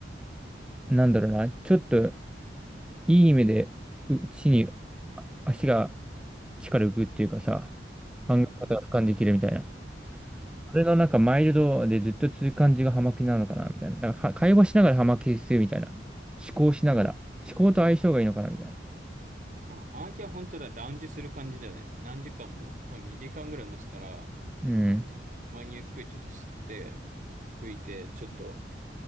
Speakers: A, in the centre; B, on the right (about 45°).
A: なんだろうな、ちょっといい意味で、う地にあ足が力浮くっていうかさ、考え方が俯瞰できるみたいな。
B: うんうんうん
A: それのなんかマイルドでずっと続く感じがハマキなのかなみたいな。なんかは会話しながらハマキするみたいな。思考しながら。思考と相性がいいのかなみたいな。
B: まあ、ハガキは本当だ、ラウンジする感じだよね。何時間も、多分2時間ぐらい持つから、
A: うん。
B: まにゆっくりちょっと吸って、吹いて、ちょっと